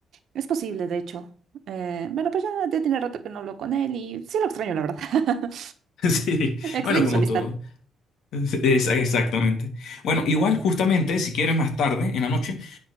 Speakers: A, on the right (about 65°); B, on the left (about 75°).
A: Es posible, de hecho. Eh, bueno, pues ya, ya tiene rato que no hablo con él y sí lo extraño, la verdad. <laughs>
B: <laughs> Sí,
A: Extraño
B: bueno, como
A: su amistad.
B: todo. Es- exactamente. Bueno, igual justamente, si quieres más tarde, en la noche,